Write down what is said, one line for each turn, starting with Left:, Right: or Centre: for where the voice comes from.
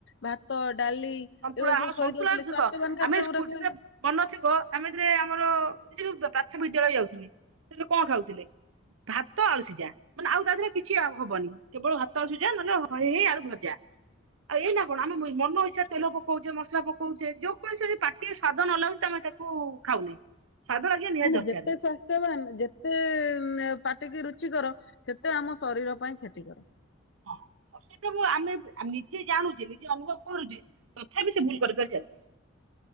Left: ଭାତ ଡାଲି
Right: ସନ୍ତୁଳା
Left: ଏଗୁଡା
Right: ଆମ
Left: ସବୁ
Right: ସନ୍ତୁଳା
Left: ଖୋଇ ଦଉଥିଲେ
Right: ଦୁଃଖ
Left: ସ୍ୱାସ୍ଥ୍ୟବାନ ଖାଦ୍ୟ
Right: ଆମେ ସ୍କୁଲ
Left: ଗୁଡା ଖୋଇଲେ
Right: ଯେତେ ବନ ଥିବ ଆମେ ଯେରେ ଆମର ସେ ଯୋଉ ପା ପ୍ରାଥ ବିଦ୍ୟାଳୟ ଯାଉଥିଲେ ସେ କଣ ଖାଉଥିଲେ? ଭାତ ଆଳୁ ସିଝା ମାନେ ଆଉ ତା ଦେହରେ କିଛି ଆଉ ହବନି କେବଳ ଭାତ ଆଳୁସିିଝା ନହେଲେ ହ ହେଇ ଆଳୁ ଭଜା। ଆଉ ଏଇ ନା କଣ ଆମ ଇ ମନଇଚ୍ଛା ରେ ତେଲ ପକଉଛେ ମସଲା ପକଉଛେ ଯଉ କୌଣସି ପାଟିଏ ସ୍ଵାଦ ନଲାଗୁଛି ଆମେ ତାକୁ ଖାଉନି। ସ୍ଵାଦ ଲାଗିବା ନିହାତି ଦରକାର
Left: ଯେତେ ସ୍ୱାସ୍ଥ୍ୟବାନ ଯେତେ ପାଟିକି ରୁଚି କର ସେତେ ଆମ ଶରୀର ପାଇଁ କ୍ଷତି କର।
Right: ହଁ। ଆଉ ସେଟାକୁ ଆମେ ଆ ନିଜେ ଜାଣୁଛେ ନିଜେ ଅନୁଭବ କରୁଛେ ତଥାପି ସେ ଭୁଲ କରିବାର ଚାଲିଛି।